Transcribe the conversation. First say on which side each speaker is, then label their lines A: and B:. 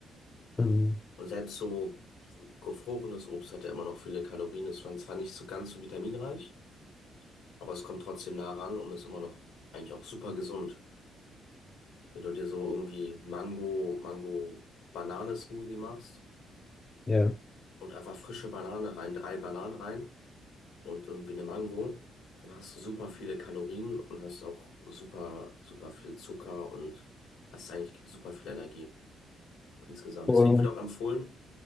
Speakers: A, on the left; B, on the left.
A: Ähm,
B: Und selbst so gefrorenes Obst hat ja immer noch viele Kalorien. Ist zwar zwar nicht so ganz so vitaminreich, aber es kommt trotzdem nah ran und ist immer noch eigentlich auch super gesund. Wenn du dir so irgendwie Mango, Mango-Banane-Smoothie machst
A: ja,
B: und einfach frische Banane rein, drei Bananen rein. und irgendwie eine Mango, dann hast du super viele Kalorien und hast auch super, super viel Zucker und hast eigentlich super viel Energie insgesamt.
A: aber,
B: Deswegen wird auch empfohlen,